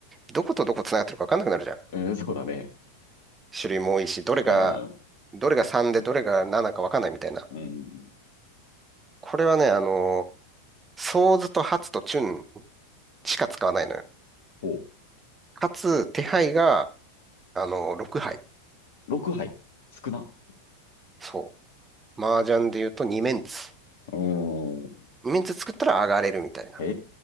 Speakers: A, on the right; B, on the left.
A: どことどこ繋がってるか分かんなくなるじゃん。
B: うん、そうだね。
A: 種類も多いし、どれが、
B: うん、
A: どれが3でどれが7か分かんないみたいな。
B: うん。
A: これはね、あの、ソーズとハツとチュンしか使わないのよ。
B: ほう。
A: かつ、手配があの、6杯。
B: 6杯。少な。
A: そう。麻雀で言うと2メンツ。
B: うーん。
A: 2メンツ作ったら上がれるみたいな。
B: え